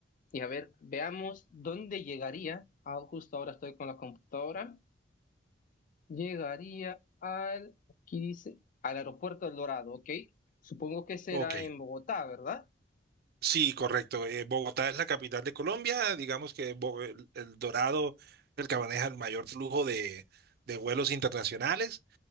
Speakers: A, on the left (about 45°); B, on the right (about 55°).
A: y a ver, veamos dónde llegaría. Ah, justo ahora estoy con la computadora. Llegaría al, aquí dice, al aeropuerto El Dorado, ¿ok? Supongo que será
B: Ok.
A: en Bogotá, ¿verdad?
B: Sí, correcto. Eh, Bogotá es la capital de Colombia. Digamos que Bo- el, el Dorado es el que maneja el mayor flujo de, de vuelos internacionales.